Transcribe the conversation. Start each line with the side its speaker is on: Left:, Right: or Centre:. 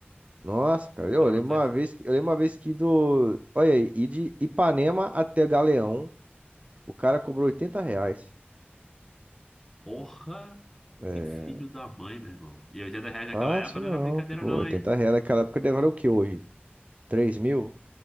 Right: Nossa, cara, eu
Centre: Era
Right: lembro
Centre: no ta...
Right: uma vez que, eu lembro uma vez que do. Olha aí, ir de Ipanema até Galeão O cara cobrou 80 reais.
Centre: Porra,
Right: É,
Centre: que filho da mãe, meu irmão. E 80 reais naquela
Right: fácil
Centre: época
Right: não.
Centre: não era brincadeira,
Right: Pô,
Centre: não,
Right: 80
Centre: hein?
Right: reais naquela época deve valer o que hoje? 3 mil?